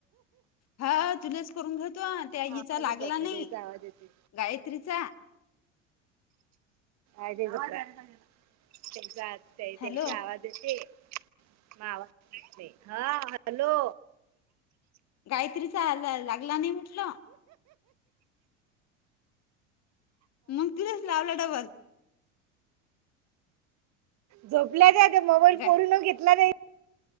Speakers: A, on the left; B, on the right.
A: हा तुलाच करून घेतो त्या
B: आवाजच
A: हिचा लागला
B: जात
A: नाही
B: त्याचा आवाज येते
A: गायत्रीचा
B: अे तेसा आते
A: हॅलो
B: तेसा आवा वाज हा हॅलो
A: गायत्री चा ला लागला नाही म्हटलं मग तिने च लावला डबल
B: झोपल्याच मोबाईल
A: गा
B: पोरून घेतला जाई